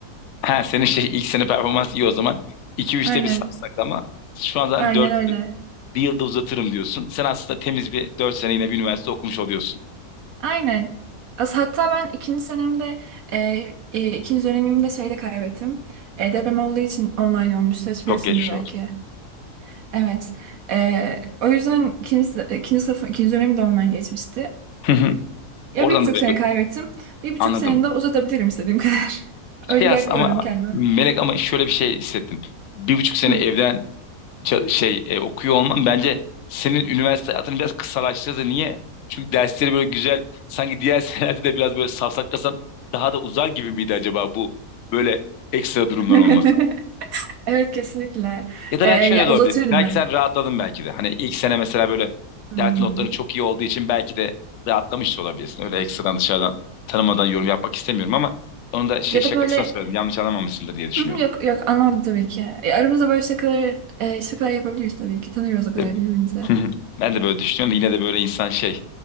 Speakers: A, on the left; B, on the right.
A: Ha, senin şey ilk sene performans iyi o zaman. iki üçte
B: <laughs> Aynen.
A: bir sarsak ama şu an zaten
B: Aynen
A: 4
B: öyle.
A: Bir yılda uzatırım diyorsun. Sen aslında temiz bir 4 sene yine bir üniversite okumuş oluyorsun.
B: Aynen. As hatta ben ikinci senemde e, e, ikinci dönemimde şeyde kaybettim. E, deprem olduğu için online olmuştu. Hatırlıyorsundur
A: Çok geçmiş
B: belki.
A: olsun.
B: Evet. E, o yüzden ikinci, ikinci sınıf ikinci dönemi de online geçmişti.
A: Hı hı.
B: Ya
A: Oradan
B: bir buçuk
A: da böyle
B: sene
A: bir-
B: kaybettim. Bir buçuk
A: anladım.
B: sene de uzatabilirim istediğim kadar. <laughs> Öyle
A: Şey aslında
B: bir hak gördüm
A: ama
B: kendime.
A: Melek ama şöyle bir şey hissettim. Bir buçuk sene
B: Hı.
A: evden ça- şey e, okuyor olman bence senin üniversite hayatını biraz kısalaştırdı. Niye? Çünkü dersleri böyle güzel sanki diğer <laughs> senelerde de biraz böyle safsaklasan daha da uzar gibi miydi acaba bu böyle ekstra durumlar
B: <laughs>
A: olması?
B: Evet kesinlikle.
A: Ya da
B: E,
A: belki
B: ya
A: şöyle de
B: uzatırdım
A: olabilir. Belki
B: ben.
A: sen rahatladın belki de. Hani ilk sene mesela böyle
B: Hmm.
A: dert notların çok iyi olduğu için belki de rahatlamış da olabilirsin. Öyle ekstradan dışarıdan tanımadan yorum yapmak istemiyorum ama onu da şey
B: Ya
A: şakasına
B: da böyle
A: söyledim. Yanlış anlamamışsındır diye düşünüyorum.
B: "Hı hı, yok yok anlamadım tabii ki. E, aramızda böyle şakalar, e, şakalar yapabiliriz tabii ki. Tanıyoruz o kadar
A: Hı.
B: birbirimizi.
A: <laughs> Ben de böyle düşünüyorum da yine de böyle insan şey.